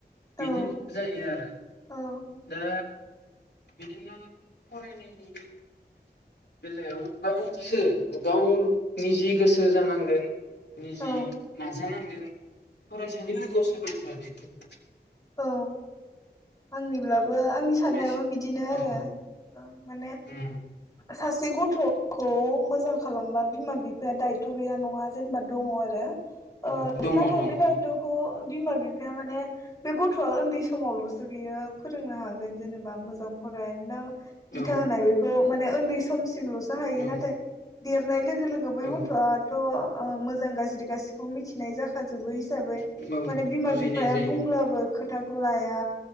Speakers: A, on the left (about 20°); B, on the left (about 75°).
A: औ
B: बिदि जायो आरो
A: औ
B: दा बिदिनो फरायनायनि बे बेलायाव गावसो गाव निजि गोसो जानांगोन। निजि
A: औ
B: जानांदों फरायसानि लोगोआव सोर बायदिया बेखौ
A: औ। आंनिब्लाबो आंनि साननायाबो
B: फरायसा
A: बिदिनो
B: औ
A: आरो औ माने
B: उम,
A: सासे गथखौ मोजां खालामबा बिमा बिफाया दायथ गैया नङा जेनेबा दङ आरो।
B: औ
A: ओ
B: दङ
A: नाथाय
B: दङ
A: बे दायतखौ बिमा बिफाया माने बे गथआ उन्दै समावलसो बियो फोरोंनो हागोन जेनेबा मोजां फरायानोना दिथा
B: औ
A: होनाय बेखौ माने ओन्दै सम सिमलसो हायो
B: औ
A: नाथाय देरनाय लोगो लोगो बै
B: औ
A: गथआथ ओ मोजां गाज्रि गासिखौबो मिथिनाय जा खाजोबो हिसाबै
B: औ
A: माने बिमा
B: बुजिनाय
A: बिफाया
B: जायो
A: बुंब्ला बो खोथाखौ लाया